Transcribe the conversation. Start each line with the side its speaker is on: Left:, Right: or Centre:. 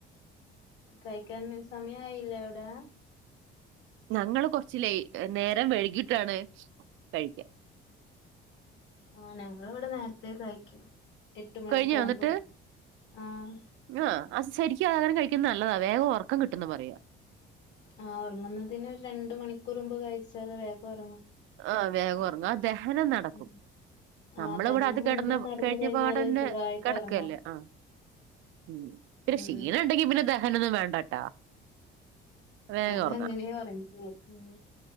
Left: കഴിക്കാൻ സമയായില്ലേ അവടെ?
Right: ഞങ്ങള് കൊർച്ച് ലേയ്റ്റ് നേരം വഴുകിട്ടാണ് കഴിക്കാ.
Left: ആ ഞങ്ങളിവടെ നേരത്തേ കഴിക്കും. എട്ട് മണിയൊക്കെ
Right: കഴിഞ്ഞാ
Left: ആവുമ്പോഴേക്കും
Right: ന്ന്ട്ട്
Left: ആഹ്
Right: ആ അസെരിക്കും ആഹാരം കഴി <unintelligible> നല്ലതാ വേഗം ഉറക്കം കിട്ടും ന്ന് പറയാ.
Left: ആ ഉറങ്ങുന്നതിനൊരണ്ട് മണിക്കൂറുമ്പ് കഴിച്ചാൽ വേഗം ഉറങ്ങും.
Right: ആ വേഗം ഉറങ്ങ ദഹനം നടക്കും.
Left: ഉം
Right: നമ്മളിവടെ
Left: ആഹ് ദഹനം
Right: അത്
Left: മുൻപേ
Right: കെടന്ന
Left: നടന്നു
Right: കഴിഞ്ഞപാട
Left: കഴിഞ്ഞാല്
Right: ന്നെ
Left: സുഖായിട്ട്
Right: കടക്കല്ലേ
Left: ഉറങ്ങും
Right: ആ. ഉം പിന്നെ
Left: ഉം
Right: ക്ഷീണണ്ടെങ്കി പിന്നെ ദഹനൊന്നും വേണ്ടട്ടാ. വേഗർങ്ങ
Left: അതങ്ങനെ ഉറങ്ങിക്കോളും ഉം